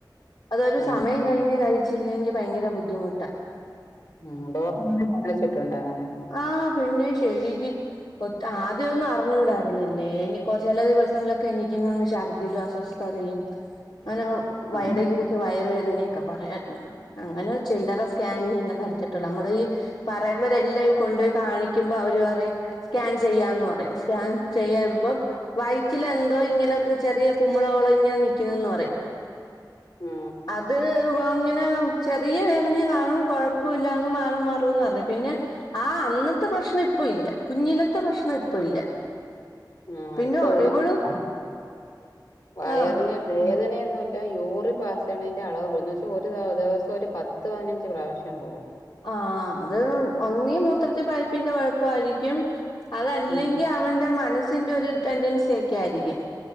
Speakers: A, on the left; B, on the left.
A: അതൊരു
B: ഉം
A: സമയം കഴിഞ്ഞ് കഴിച്ചില്ലെങ്കി ഭയങ്കര ബുദ്ധിമു
B: ആഹ് ഡോക്ടറിനെ കാണിച്ചിട്ടുണ്ടോ അങ്ങനെ.
A: ആഹ് പിന്നെ ശരിക്ക് ഒത് ആദ്യം ഒന്നും അറിഞ്ഞൂടായിരുന്നല്ലേ. ഇനി കൊറ ചില ദിവസങ്ങളിലൊക്കെ എണീക്കുമ്പങ്ങ് ശർദിലും അസ്വസ്ഥതയും അങ്ങനെ
B: ഉം
A: വയട് കിടി ച്ച് വയറുവേദനയൊക്കെ പറയായിരുന്നു. അങ്ങനെ ഒ ചില്ലറ സ്കാനിങ്യല്ല നടത്തിട്ടുള്ളെ. നമ്മള് ഈ പറയുമ്പരെല്ലാം ഈ കൊണ്ടാേയി കാണി ക്ക്യുമ്പം അവര് പറയും സ്കാൻ ചെയ്യാന്ന് പറയും സ്കാൻ ചെയ്യമ്പം വയറ്റിലെന്തോ ഇങ്ങനെ ചെറിയ കുമിളകള്ങ്ങനെ നിക്കുന്നെന്ന് പറയും.
B: ആഹ്.
A: അത് വങ്ങനെ ചെറിയ വേദനയും കാണും കൊഴപ്പവില്ല അങ്ങ് മാറും മാറുംന്ന് പറഞ്ഞു. പിന്നെ ആഹ് അന്നത്തെ പ്രശ്നം ഇപ്പൊ ഇല്ല കുഞ്ഞിലത്തെ പ്രശ്നം ഇപ്പൊ ഇല്ല.
B: ആഹ്
A: പിന്നെ
B: ഇപ്പൊ എവിടാ
A: ഇവള്
B: <unintelligible> വയറിന്
A: ആഹ്
B: വേദനയൊന്നൂല്ല. യൂറിൻ പാസെയ്യണേന്റെ അളവ് കൂടും. ന്ന് വെച്ചാ ഒരു ദെ ദെവസം ഒരു പത് ത് പതിനഞ്ച് പ്രാവശ്യം പോവും.
A: ആഹ് അത് ഒന്നീ മൂത്രത്തി പഴുപ്പിന്റെ കുഴപ്പ ആയിരിക്കും. അതല്ലെങ്കി
B: ഉം
A: അവന്റെ മനസ്സിന്റെ ഒരു ടെന്റൻസി ഒക്കെ ആയിരിക്കും.